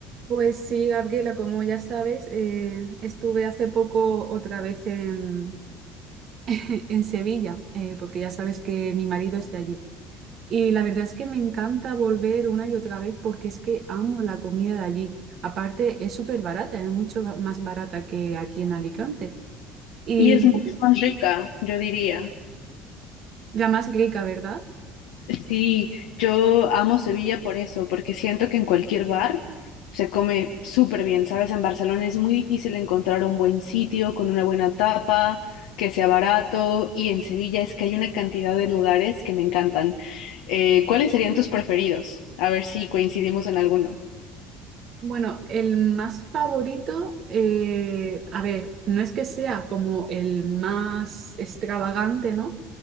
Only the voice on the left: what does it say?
Y es mucho más rica, yo diría.
Sí, yo amo Sevilla por eso, porque siento que en cualquier bar se come súper bien, ¿sabes? En Barcelona es muy difícil encontrar un buen sitio con una buena tapa, que sea barato, y en Sevilla es que hay una cantidad de lugares que me encantan. Eh, ¿cuáles serían tus preferidos? A ver si coincidimos en alguno.